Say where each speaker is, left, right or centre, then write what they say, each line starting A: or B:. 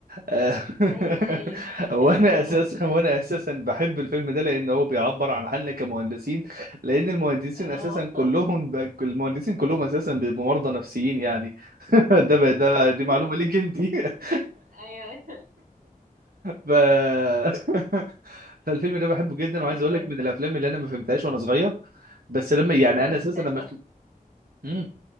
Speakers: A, on the right; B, on the right.
A: آه، <laughs>
B: ايوه ايوه ايوه,
A: وانا
B: <laughs> أيوة.
A: اساسا وانا اساسا بحب الفيلم ده لان هو بيعبر عن حالنا كمهندسين لان المهندسين
B: اه
A: اساسا كلهم ب- المهندسين كلهم اساسا بيبقوا مرضى نفسيين يعني <laughs> ده بقى ده دي
B: <laughs>
A: معلومه ليك انت <laughs>
B: ايوه
A: ف... <laughs> فالفيلم ده بحبه جدا
B: <laughs>
A: وعايز
B: ايوه
A: اقول لك من الافلام اللي انا ما فهمتهاش وانا صغير بس لما يعني
B: انا
A: انا
B: ما فهمتهاش
A: اساسا لما ش... مم.